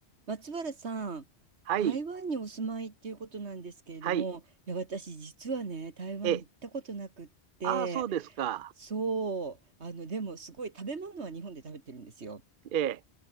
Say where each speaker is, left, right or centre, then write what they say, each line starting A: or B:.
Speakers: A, on the right (about 85°); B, on the right (about 60°).
A: 松原さん、
B: はい、
A: 台湾にお住まいっていうことなんですけれども、
B: はい、
A: いや、私実はね、台湾行ったことなくって、
B: えああ、そうですか。
A: そう、あの、でもすごい食べ物は日本で食べてるんですよ。
B: ええ、